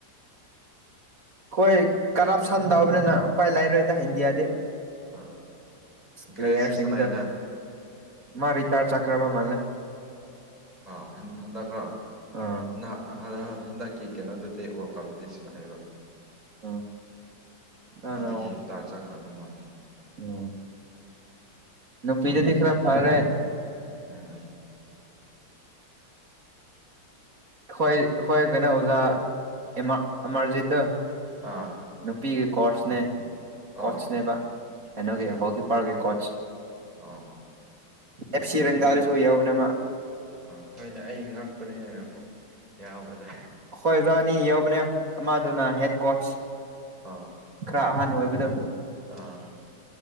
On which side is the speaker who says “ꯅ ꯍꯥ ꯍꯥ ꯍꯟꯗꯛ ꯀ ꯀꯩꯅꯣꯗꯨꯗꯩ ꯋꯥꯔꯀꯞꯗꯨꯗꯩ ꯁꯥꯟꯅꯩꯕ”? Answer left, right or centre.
Right